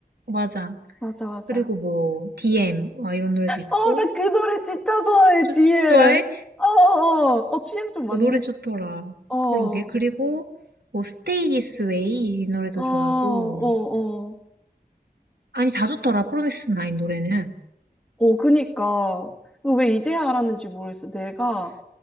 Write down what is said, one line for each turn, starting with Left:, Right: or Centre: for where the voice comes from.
Right: 맞아.
Centre: 맞아, 맞아.
Right: 그리고 뭐, DM, 막 이런 노래도 있고,
Centre: 어, 나 그 노래 진짜 좋아해,
Right: 좋-
Centre: DM.
Right: 좋아해?
Centre: 어, 어, 어, 어, 취향 좀 맞는.
Right: 어, 노래 좋더라.
Centre: 어, 어,
Right: 그러게. 그리고 뭐 스테이 디스 웨이 이 노래도
Centre: 어,
Right: 좋아하고.
Centre: 어.
Right: 아니 다 좋더라. 프로미스 나인 노래는.
Centre: 어, 그니까. 이거 왜 이제야 알았는지 모르겠어. 내가